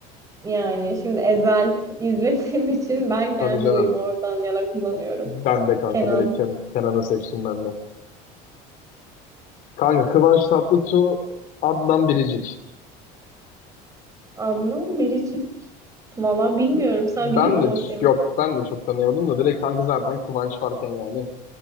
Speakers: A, on the right; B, on the left.
A: Yani şimdi Ezel izlediğim için ben kendi
B: Tabii canım.
A: oyumu oradan yana kullanıyorum.
B: Ben de kanka
A: Kenan,
B: direkt Ken- Kenan'ı seçtim ben de. Kanka Kıvanç Tatlıtuğ, Adnan Biricik.
A: Adnan, Biricik valla bilmiyorum. Sen biliyor
B: Ben
A: musun
B: de
A: o kim?
B: yok ben de çok tanıyamadım da direkt kanka zaten Kıvanç varken yani